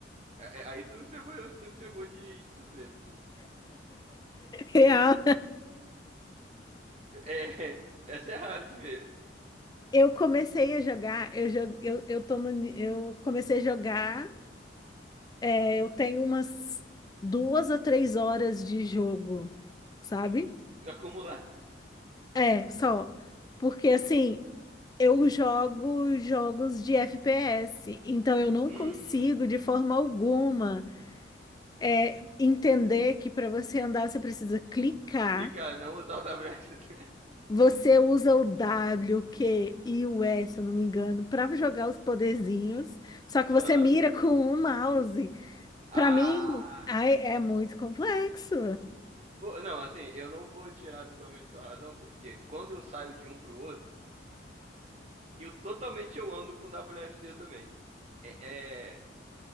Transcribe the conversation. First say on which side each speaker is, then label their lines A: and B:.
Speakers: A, on the right (about 35°); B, on the left (about 20°).
A: É, é, Aí tu me pegou, tu me pegou de, de surpresa.
B: <laughs> Real.
A: É, <laughs> essa é raro de ver.
B: Eu comecei a jogar, eu, jo- eu, eu, tô no ni- eu comecei a jogar, é, eu tenho umas duas a três horas de jogo, sabe?
A: <laughs> Acumulada.
B: É, só. Porque assim, eu jogo jogos de FPS, então eu não
A: Hum.
B: consigo de forma alguma. é, entender que para você andar você precisa clicar.
A: Clica não usar o WSD. <laughs>
B: Você usa o W, o Q e o S, se eu não me engano, para jogar os poderzinhos. Só que
A: Aham.
B: você mira com o mouse.
A: Ah.
B: Para mim, ai, é muito complexo.
A: pô, Não, assim, eu não vou tirar totalmente sua razão, porque quando eu saio de um pro outro, eu totalmente eu ando com WSD também. É, é,